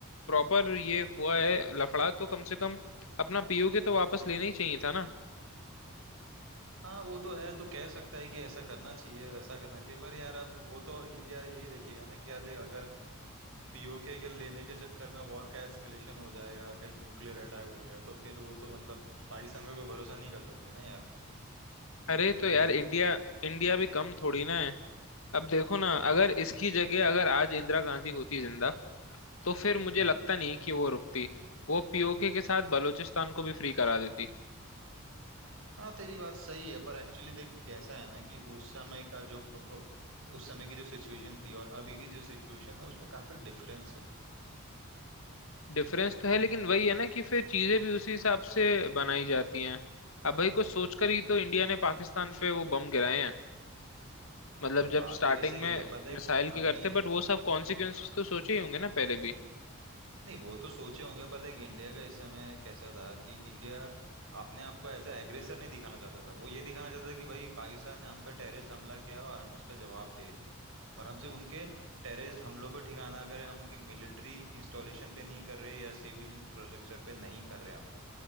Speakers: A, on the left; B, on the right.
A: प्रॉपर ये हुआ है लफड़ा तो कम से कम अपना पीओके तो वापस लेना ही चाहिए था ना
B: हाँ वो तो है तू कह सकता है कि ऐसा करना चाहिए वैसा करना चाहिए पर यार अब वो तो इंडिया यही देखेगा ना कि यार देख अगर पीओके के लेने के चक्कर में वॉर का एस्केलेशन हो जाएगा कहीं न्यूक्लियर अटैक हो गया तो फिर वो तो मतलब पाकिस्तान का कोई भरोसा नहीं कर सकते ना यार
A: अरे
B: ये
A: तो
B: भी
A: यार
B: तो देख
A: इंडिया इंडिया भी कम थोड़ी ना है अब देखो ना अगर इसकी जगह अगर आज इंदिरा गांधी होती जिंदा तो फिर मुझे
B: <clears throat>
A: लगता नहीं कि वो रुकती वो पीओके के साथ बलूचिस्तान को भी फ्री करा देती
B: हाँ तेरी बात सही है पर एक्चुअली देख कैसा है ना कि उस समय का जो प्रो- उस समय की जो सिचुएशन थी और अभी की जो सिचुएशन है उसमें काफी डिफरेंस है
A: डिफरेंस तो है लेकिन वही है ना कि फिर चीजें भी उसी हिसाब से बनाई जाती हैं अब भाई कुछ सोचकर ही तो इंडिया ने पाकिस्तान पे वो बम गिराए हैं मतलब
B: ये
A: जब
B: बात
A: स्टार्टिंग
B: तेरी सही
A: में
B: है पर देख
A: मिसाइल के
B: अभी
A: करते बट वो सब कॉन्सिक्वेंसेस
B: हाँ हाँ।
A: तो सोचे ही होंगे ना पहले भी
B: नहीं वो तो सोचे होंगे पर देख इंडिया का इस समय कैसा था कि इंडिया अपने आप को एज अ एग्रेसर नहीं दिखाना चाहता था वो ये दिखाना चाहता था कि भाई पाकिस्तान ने हम पे टेररिस्ट हमला किया और हम उसका जवाब दे रहे हैं और हम सिर्फ उनके टेररिस्ट हमलों पर ठिकाना करें हम उनके मिलिट्री इंस्टॉलेशन पे नहीं कर रहे या सिविल इंफ्रास्ट्रक्चर पे नहीं कर रहे हमला